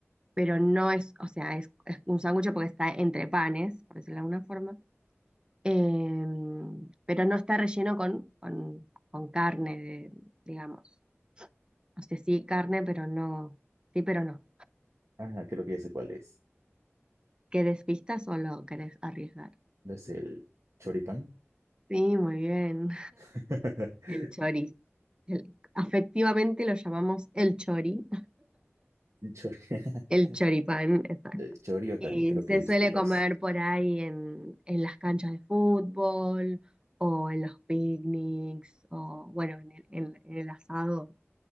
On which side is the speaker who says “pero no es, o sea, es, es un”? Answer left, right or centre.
Right